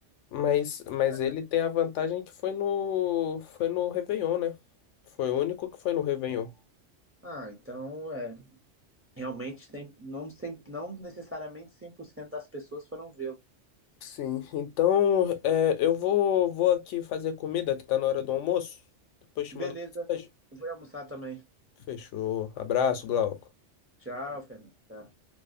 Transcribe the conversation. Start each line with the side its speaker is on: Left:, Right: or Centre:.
Left: Mas, mas
Right: tá nesse-
Left: ele tem a vantagem que foi no, foi no Réveillon, né? Foi o único que foi no Réveillon.
Right: Ah, então é. Realmente, cem- não, cem- não necessariamente 100% das pessoas foram vê-lo.
Left: Sim, então é, eu vou, vou aqui fazer comida, que tá na hora do almoço. Depois te
Right: Beleza,
Left: mando mensagem.
Right: vou almoçar também.
Left: Fechou. Abraço, Glauco.
Right: Tchau, Fernando. Tchau.